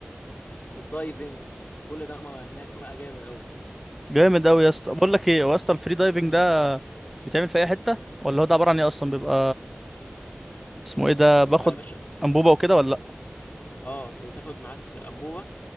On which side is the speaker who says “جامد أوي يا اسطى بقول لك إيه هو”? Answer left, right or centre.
Centre